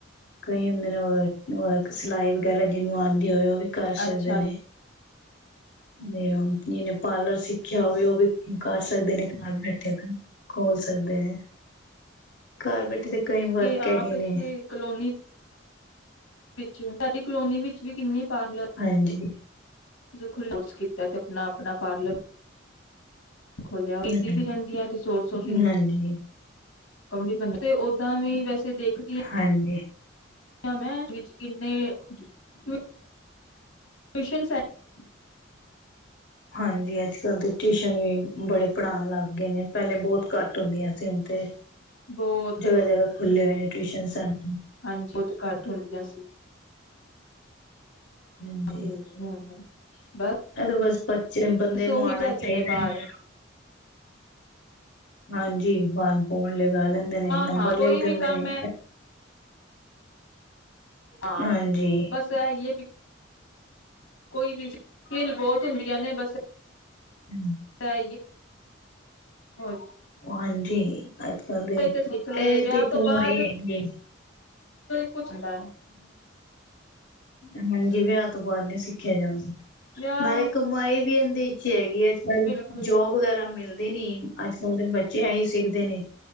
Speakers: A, on the left (about 55°); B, on the left (about 90°).
A: ਕਈ ਹੁੰਦੇ ਨੇ ਵ ਸਿਲਾਈ ਵਗੈਰਾ ਜਿਹਨੂੰ ਆਉਂਦੀ ਹੋਏ ਵੀ ਕਰ
B: ਅੱਛਾ
A: ਸਕਦੇ ਨੇ। ਨਨ <unintelligible> ਨੇ ਪਾਰਲਰ ਸਿੱਖ ਰਖਿਆ ਹੋਵੇ ਉਹ ਵੀ ਕਰ ਸਕਦੇ ਨੇ ਘਰ ਬੈਠੇ ਫ ਖੋਲ ਸਕਦੇ ਨੇ ਘਰ ਬੈ ਤੇ ਕਈ ਵਰਕ
B: ਆਪ
A: ਹੈਗੇ
B: ਇੱਥੇ
A: ਨੇ।
B: ਕਲੋਨੀ ਵਿੱਚ ਸਾਡੀ ਕਲੋਨੀ ਵਿੱਚ ਵੀ ਕਿੰਨੀ ਪਾਰਲਰ
A: ਹਾਂਜੀ
B: ਕੋਰਸ ਕੀਤਾ ਅਤੇ ਆਪਣਾ ਆਪਣਾ ਪਾਰਲਰ ਖੋਲ੍ਹਿਆ ਪੀਜ਼ੀ
A: ਹਾਂਜੀ,
B: ਵੀ ਰਹਿੰਦੀਆਂ ਅਤੇ ਸੋਰਸ ਆਫ ਇਨਕਮ
A: ਹਾਂਜੀ।
B: ਕਮੀ ਬ ਤੇ ਓਦਾਂ ਵੀ ਵੈਸੇ ਦੇਖਦੀ
A: ਹਾਂਜੀ
B: ਮੈਂ ਵਿੱਚ ਕਿੰਨੇ ਟਵੀਸ਼ਨ ਸੈਂਟਰ
A: ਹਾਂਜੀ ਅੱਜ ਕੱਲ ਦੇ ਟਿਊਸ਼ਨ ਵੀ ਬੜੇ ਪੜ੍ਹਾਉਣ ਲੱਗ ਗਏ ਨੇ। ਪਹਿਲੇ ਬਹੁਤ ਘੱਟ ਹੁੰਦੀਆਂ ਸੀ ਹੁਣ ਤੇ
B: ਬਹੁਤ
A: ਜਗ੍ਹਾ ਜਗ੍ਹਾ ਖੁੱਲੇ ਹੋਏ ਨੇ। ਟਿਊਸ਼ਨ ਸਨ।
B: ਹਾਂਜੀ ਉਹ ਤੇ ਘੱਟ ਹੁੰਦੀਆਂ ਸੀ।
A: ਹਾਂਜੀ,
B: ਤੇ ਹੁਣ ਬਸ
A: ਐ ਤੇ ਬਸ <unintelligible> ਬੰਦੇ ਨੂੰ
B: ਉਹੀ
A: ਆਉਣਾ
B: ਹੈਗੇ
A: ਚਾਹੀਦਾ।
B: ਨੇ ਬਾਹਰ
A: ਹਾਂਜੀ <unintelligible> ਫੋਣ ਲੱਗਾ ਲੈਂਦੇ ਨੇ
B: ਹਾਂ
A: ਨੰਬਰ
B: ਹਾਂ ਕੋਈ
A: ਲਿਖ ਦਿੰਦੇ
B: ਵੀ ਕੰਮ
A: ਨੇ।
B: ਹੈ ਹਾਂ
A: ਹਾਂਜੀ
B: ਬਸ ਹੈ ਯਹ ਵੀ ਕੋਈ ਵੀ ਖੇਲ ਬਹੁਤ ਹੁੰਦੀਆਂ ਨੇ ਬਸ
A: ਹੂੰ,
B: ਐ ਹੋਰ ਜੀ
A: ਹਾਂਜੀ, ਅੱਜ- ਕੱਲ ਦੇ ਇਹਦੇ
B: ਤੇ ਸਿੱਖ ਲਏ ਵਿਆਹ
A: ਤੇ
B: ਤੋਂ
A: ਕਮਾਈ
B: ਬਾਅਦ
A: ਹੈਗੀ ਐ ਜੀ।
B: ਕੁਛ ਦਾ
A: ਐਮ ਆਏ ਵਿਆਹ ਤੋਂ ਬਾਅਦ ਨਈ ਸਿੱਖਿਆ ਜਾਂਦਾ
B: ਵਿਆਹ
A: ਨਾਲੇ ਕਮਾਈ ਵਿਹੰਦੀ ਇਹ ਤੇ ਹੈਗੀ ਅੱਜ- ਕੱਲ੍ਹ
B: ਬਿਲਕੁਲ
A: ਜੋਬ ਵਗੈਰਾ ਮਿਲਦੇ ਨੀ ਅੱਜ ਬਲਦੇ ਬੱਚੇ ਆ ਹੀ ਸਿੱਖਦੇ ਨੇ